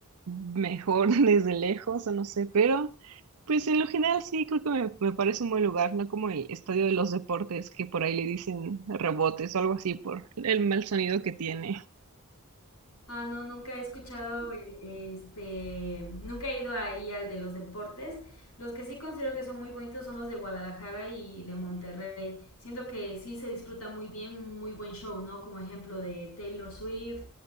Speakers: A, on the right; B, on the left.
A: mejor <laughs> desde lejos o no sé, pero... Pues en lo general sí, creo que me, me parece un buen lugar, no como el estadio de los deportes, que por ahí le dicen rebotes o algo así por el mal sonido que tiene.
B: Ah, no, nunca he escuchado el- este, nunca he ido ahí al de los deportes. Los que sí considero que son muy bonitos son los de Guadalajara y de Monterrey. Siento que sí se disfruta muy bien, un muy buen show, ¿no? Como ejemplo de Taylor Swift,